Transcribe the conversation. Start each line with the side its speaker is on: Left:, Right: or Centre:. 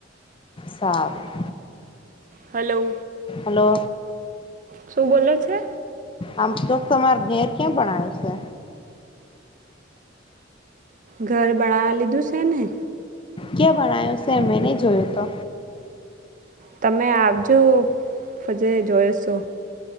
Left: સારું
Right: હલો હલો
Left: હલો
Right: શું બોલે છે?
Left: આમ તો તમાર ઘેર ક્યાં બણાયું સે?
Right: ઘર બળાવા લીધું સે ને
Left: ક્યાં ભણાયું સે મેં ની જોયું તો
Right: તમે આવજો પજે જોઈશો